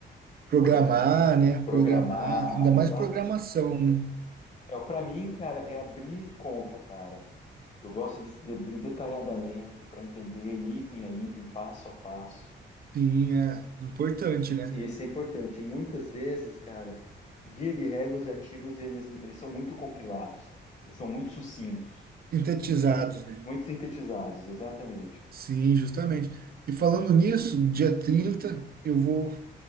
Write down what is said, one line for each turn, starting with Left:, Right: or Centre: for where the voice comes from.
Right: Programar,
Left: correto,
Right: né?
Left: programar,
Right: Programar, ainda mais
Left: exato.
Right: programação, né?
Left: É, para mim, cara, é abrir conta, cara, que eu gosto de de abrir detalhadamente para entender item a item, passo a passo.
Right: Sim, é importante, né?
Left: E isso é importante. E muitas vezes, cara, via de regra, os artigos eles, eles são muito compilados, eles são muito sucintos,
Right: Sintetizados, né?
Left: muito sintetizados, exatamente.
Right: Sim, justamente. E falando nisso, dia 30 eu vou